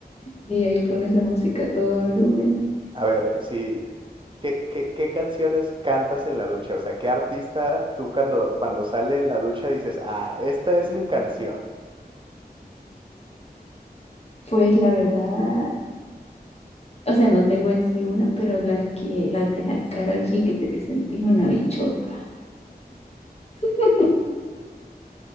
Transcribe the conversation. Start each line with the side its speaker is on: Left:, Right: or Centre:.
Left: Sí, ahí pones la música a todo volumen.
Right: A ver, si, ¿Qué, qué, qué canciones cantas en la ducha? O sea, ¿qué artista tú cuando, cuando sale en la ducha dices, ah, esta es mi canción?
Left: Pues la verdad, o sea, no tengo en sí una, pero las que, las de la Karol G que te sentís una bichota. <laughs>